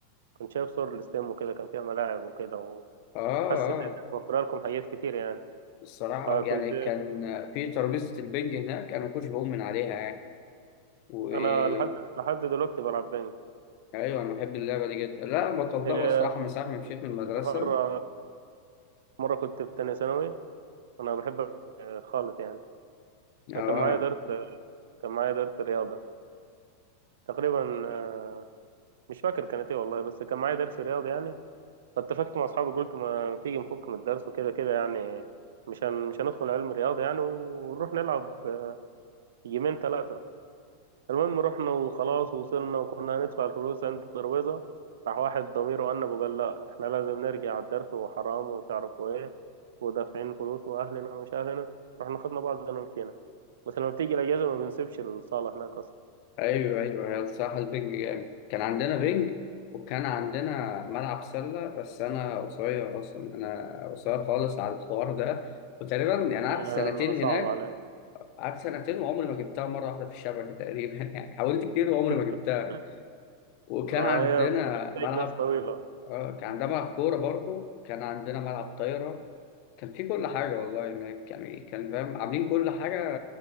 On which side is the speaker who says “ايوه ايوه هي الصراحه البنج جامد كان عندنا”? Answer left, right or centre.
Left